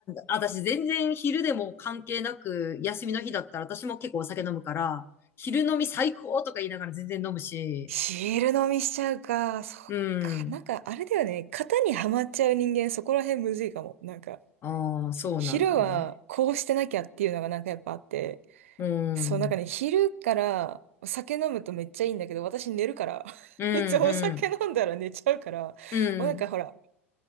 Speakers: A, on the left (about 30°); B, on the right (about 70°).
A: 私全然昼でも関係なく、休みの日だったら私も結構お酒飲むから、昼飲み最高とか言いながら全然飲むし、
B: ヒール飲みしちゃうか。そっか。
A: うん。
B: なんか、あれだよね。型にはまっちゃう人間、そこら辺むずいかも。なんか、
A: ああ、そうなんだね。
B: 昼はこうしてなきゃっていうのがなんかやっぱあって。
A: うん。
B: そう、なんかね、昼からお酒飲むとめっちゃいいんだけど、私寝るから。<laughs>
A: うん、
B: いつもお酒飲んだら寝ちゃうから。
A: うん、
B: もうなんかほら、
A: うん。